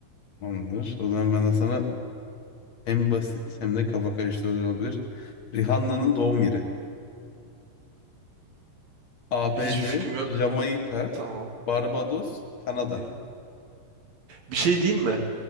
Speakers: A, on the left (about 45°); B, on the right (about 55°).
A: Tamamdır. O zaman ben de sana hem basit hem de kafa karıştırıcı olabilir. Rihanna'nın doğum yeri. ABD,
B: Hiçbir fikrim yok.
A: Jamaika,
B: Tamam.
A: Barbados, Kanada.
B: Değil. Bir şey diyeyim mi?